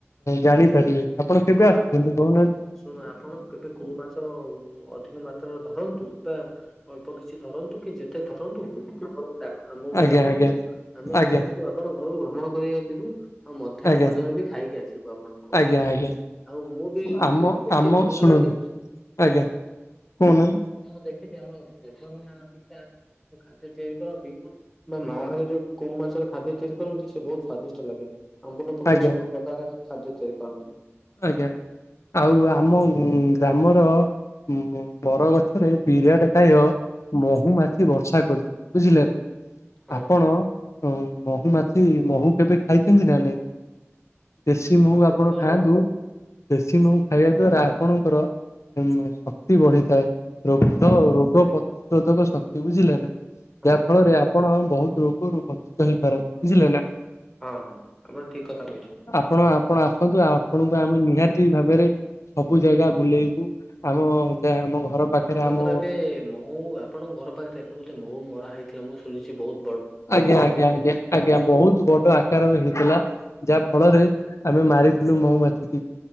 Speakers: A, on the left (about 85°); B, in the centre.
A: ଜାଣିପାରିବେ, ଆପଣ କେବେ
B: ହଉ
A: ଆସୁଛନ୍ତି,
B: ଆ
A: କହୁନାହାନ୍ତି?
B: ଶୁଣ ଆପଣ କେବେ କଉ ମାଛ ଅଧିକ ମାତ୍ରାରେ ଧରନ୍ତୁ। ତା ଅଳ୍ପ କିଛି ଧରନ୍ତୁ କି ଯେ ଯେତେ ଧରନ୍ତୁ, ଆପଣ ଡାକ୍ ଆମକୁ
A: ଆଜ୍ଞା
B: ଡାକନ୍ତୁ,
A: ଆଜ୍ଞା
B: ଆମେ
A: ଆଜ୍ଞା
B: ଆପଣଙ୍କୁ ଅ ଆପଣଙ୍କ ଘରକୁ ଭ୍ରମଣ କରିବାକୁ ଯିବୁ, ଆଉ ମଧ୍ୟାହ୍ନ
A: ଆଜ୍ଞା
B: ଭୋଜନ ବି ଖାଇକି ଆସିବୁ ଆପଣଙ୍କ
A: ଆଜ୍ଞା
B: ଘରେ।
A: ଆଜ୍ଞା।
B: ଆଉ ମୁଁ ବି ମୁଁ
A: ଆମ
B: ଦେଖିଚି
A: ଆମ
B: ଶୁଣୁନାହାନ୍ତି
A: ଶୁଣନ୍ତୁ ଆଜ୍ଞା କହୁନାହାନ୍ତି
B: ମୁଁ ଦେଖିଛି ଆମ ଦେବୁନନା ଟିକେ‌ <unintelligible> ଖାଦ୍ୟ ତିଆରି କରନ୍ତି ମୋ ମାଆ ହେରିକା ଯୋଉ କଉ ମାଛରେ ଖାଦ୍ୟ ତିଆରି କରନ୍ତି ସେ ବହୁତ ସ୍ଵାଦିଷ୍ଟ ଲାଗେ। ଆମ୍ବୁଲ ପକେଇ
A: ଆଜ୍ଞା
B: ସବୁ ପ୍ରକାର ଖାଦ୍ୟ ତିଆରି କରନ୍ତି।
A: ଆଜ୍ଞା-ଆଜ୍ଞା, ଆଉ ଆମ ଉଁ-ଉଁ ଆମର ଉଁ ବରଗଛରେ ବିରାଟକାୟ ମ ମହୁମାଛି ବର୍ଷା କରିଚି ବୁଝିଲେ ନା,
B: ହଁ
A: ଆପଣ ହୁଁ ମହୁମାଛି ମହୁ କେବେ ଖାଇଛନ୍ତି ନା ନାଇଁ? ଦେଶୀ ମହୁ
B: ବହୁତ
A: ଆପଣ ଖାଆନ୍ତୁ ଦେଶୀ ମହୁ ଖାଇବା ଦ୍ଵାରା ଆପଣଙ୍କର ଉଁ ଶକ୍ତି ବଢିଥାଏ। ରୋଗ, ରୋଗ ପ୍ରତିଶୋଧକ ଶକ୍ତି ବୁଝିଲେ ନା,
B: ହଁ
A: ଯାହା ଫଳରେ
B: ହଁ।
A: ଆପ୍ ଆପଣ ବହୁତ ରୋଗରୁ ବଞ୍ଚିତ ହେଇପାରନ୍ତି, ବୁଝିଲେ ନା।
B: ହଁ-ହଁ, ଆପଣ ଠିକ୍ କଥା କହିଛନ୍ତି।
A: ଆପଣ ଆପଣ ଆସନ୍ତୁ, ଆପଣଙ୍କୁ ଆମେ ନିହାତି ଭାବରେ ସବୁ ଜାଗା ବୁଲେଇବୁ ଆମ ଯାହା ଆମ ଘର ପାଖରେ।
B: ପୁଅ
A: ଆମ
B: ଙ୍କର ଏବେ ମ ମୁଁ ଆପଣଙ୍କ ଘର ପାଖରେ ଏବେ ଗୋଟେ ମହୁ ମରା ହେଇଥିଲା ମୁଁ ଶୁଣିଚି ବହୁତ୍।
A: ଆଜ୍ଞା ଆଞା ଆଞା, ଆଜ୍ଞା ବହୁତ୍ ବଡ। ଆକାରରେ ହେଇଥିଲା ଯାହା ଫଳରେ
B: ହଁ
A: ଆମେ ମାରିଥିଲୁ, ମହୁମାଛି ଟି।